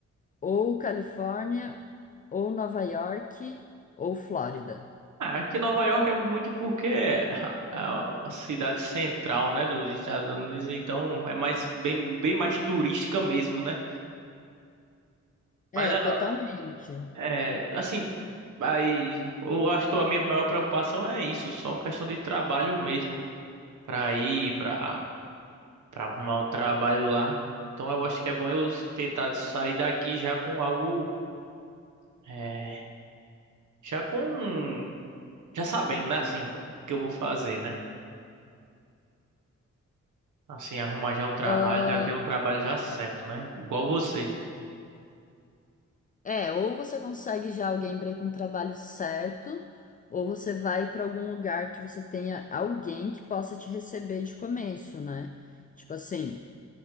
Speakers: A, on the left; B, on the right.
A: ou Califórnia, ou Nova York, ou Flórida.
B: Ah, aqui Nova York é muito porque é a a cidade central, né, dos Estados Unidos, então é mais bem, bem mais turística mesmo, né?
A: É,
B: Mas a-
A: totalmente.
B: é, assim, aí eu acho que a minha maior preocupação é isso, só questão de trabalho mesmo, para ir, para para arrumar um trabalho lá. Então eu acho que é bom eu tentar sair daqui já com algo, é, já com já sabendo, né, assim, o que eu vou fazer, né? Assim, arrumar já um trabalho,
A: Ah,
B: já ter um trabalho já certo, né? Igual você.
A: é, ou você consegue já alguém para ir com o trabalho certo, ou você vai para algum lugar que você tenha alguém que possa te receber de começo, né? Tipo assim,